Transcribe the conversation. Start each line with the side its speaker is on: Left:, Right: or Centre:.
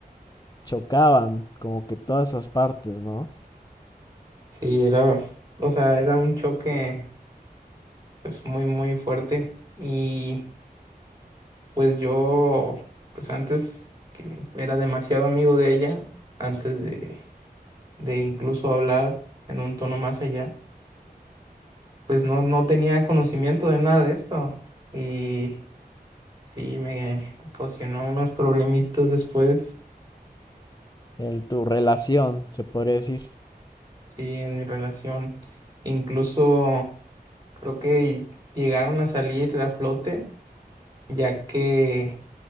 Left: chocaban como que todas esas partes, ¿no?
Right: Sí, era, o sea, era un choque pues muy muy fuerte y pues yo pues antes que era demasiado amigo de ella, antes de de incluso hablar en un tono más allá, pues no no tenía conocimiento de nada de esto y sí me ocasionó unos problemitas después,
Left: En tu relación, se podría decir.
Right: sí, en mi relación, incluso creo que llegaron a salir a flote ya que